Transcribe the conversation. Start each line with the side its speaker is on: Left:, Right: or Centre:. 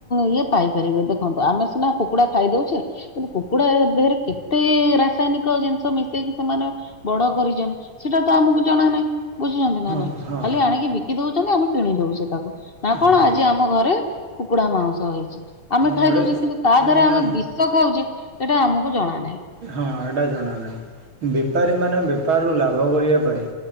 Left: ଇଏ ପାଇପାରିବେ ଦେଖନ୍ତୁ। ଆମେ ସିନା କୁକୁଡା ଖାଇ ଦଉଚେ କିନ୍ତୁ କୁକୁଡା ଦେହରେ କେତେ ରାସାୟନିକ ଜିନିଷ ମିଶେଇକି ସେମାନ ବଡ କରିଚନ୍ତି ସେଟା ତ ଆମକୁ ଜଣା ନାହିଁ। ବୁଝୁଚନ୍ତି ନାଇଁ
Right: ହଁ
Left: ନାଇଁ
Right: ହଁ
Left: ଖାଲି ଆଣିକି ବିକି ଦୋଉଚନ୍ତି। ଆମେ କିଣି ଦୋଉଚେ ତାକୁ ନା କଣ
Right: ହଁ
Left: ଆଜି ଆ ମ ଘରେ କୁକୁଡା ମାଉସ ହେଇଚି ଆମେ
Right: ଆମ
Left: ଖାଇଦୋଉଚେ
Right: ଘରେ
Left: କିନ୍ତୁ ତା
Right: କାହିଁକି
Left: ଦେହରେ
Right: ନା
Left: ଆମେ ବି ସ ଖାଉଚି ଏଟା ଆମକୁ ଜଣା ନାହିଁ।
Right: ହଁ ଏଟା ଜଣା ନାହିଁ। ବେପାରୀ ମାନେ ବେପାରରୁ ଲାଭ କରିବା ପାଇଁ